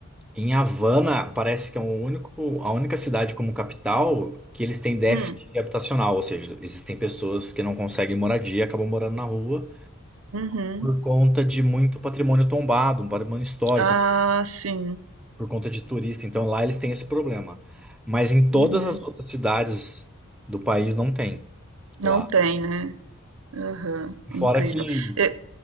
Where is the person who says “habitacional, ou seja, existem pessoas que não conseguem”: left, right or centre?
Centre